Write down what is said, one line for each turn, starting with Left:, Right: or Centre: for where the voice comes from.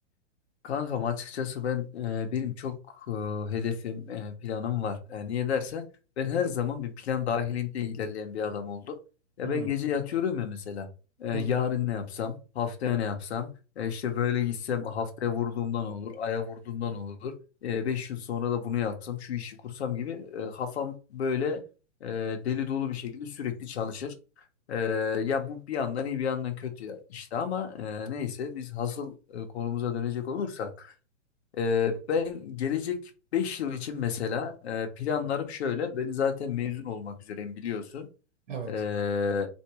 Left: Kankam açıkçası ben e, benim çok e, hedefim, e, planım var. E, niye dersen ben her zaman bir plan dahilinde ilerleyen bir adam oldum. Ya
Right: Hmm.
Left: ben gece yatıyorum ya mesela. E,
Right: <laughs>
Left: yarın
Right: Hı hı.
Left: ne yapsam, haftaya ne yapsam, e, işte böyle gitsem haftaya vurduğumdan olur, aya vurduğumdan olur. E, beş yıl sonra da bunu yapsam, şu işi kursam gibi e, kafam böyle e, deli dolu bir şekilde sürekli çalışır. Ee, ya bu bir yandan iyi bir yandan kötü ya işte ama e, neyse biz hasıl e, konumuza dönecek olursak e, ben gelecek 5 yıl için mesela e, planlarım şöyle ben zaten mezun olmak üzereyim biliyorsun.
Right: Evet.
Left: E,